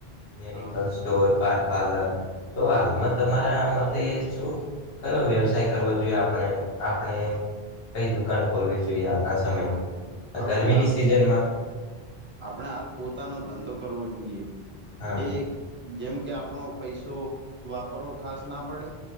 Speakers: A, on the left (about 80°); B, on the right (about 15°).
A: મેડિકલ.
B: હા
A: તો પાનપાર્લર તો, હાલમાં
B: હા
A: તમારા શું કયો વ્યવસાય કરવો જોઈએ? આપણે આપણે. કંઈ દુકાન ખોલવી જોઈએ હાલના સમયમાં.
B: આપણે
A: ગરમીની
B: હાલ,
A: સિઝનમાં
B: આપણે હાલ પોતાનો ધંધો કરવો જોઈએ.
A: હા
B: જે જેમ કે, આપણો પૈસો વાપરવો ખાસના પડે.